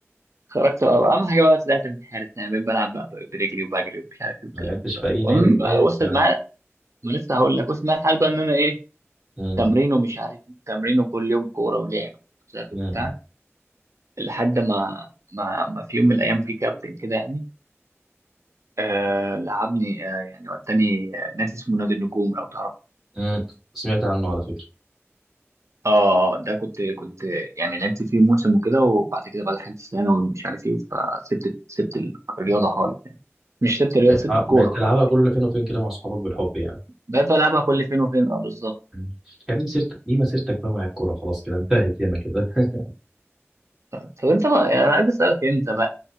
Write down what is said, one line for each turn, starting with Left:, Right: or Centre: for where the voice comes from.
Right: خرجت بقى. اهم حاجه بقى طلعت من حارس يعني بقيت بلعب بقى برجلي وبجري ومش عارف ايه والكلام
Centre: ما لعبتش
Right: ده
Centre: في اي نادي
Right: المهم
Centre: طيب
Right: بقى وصل
Centre: آه،
Right: معايا ما لسه هقول لك وصل معايا الحال بقى ان انا ايه
Centre: مم.
Right: تمرين ومش عارف ايه تمرين وكل يوم كوره ولعب وكوتشات
Centre: مم.
Right: وبتاع لحد ما ما ما في يوم من الايام في كابتن كده يعني آه لعبني آه يعني وداني آه، نادي اسمه نادي النجوم لو تعرف
Centre: مم. سمعت عنه على فكره
Right: اه ده كنت كنت يعني لعبت فيه موسم وكده وبعد كده بقى دخلت ثانوي ومش عارف ايه فسبت سبت الرياضه خالص يعني مش سبت الرياضه
Centre: بقيت-
Right: سبت
Centre: اه
Right: الكوره
Centre: بقيت
Right: خالص
Centre: تلعبها كل
Right: يعني
Centre: فين وفين كده مع صحابك بالحب يعني
Right: بقيت بلعبها كل فين وفين اه بالظبط
Centre: مم. كان دي مسيرتك دي مسيرتك بقى مع الكوره خلاص كده انتهت هنا كده <laughs>
Right: طب انت بقى يعني انا عايز اسالك انت بقى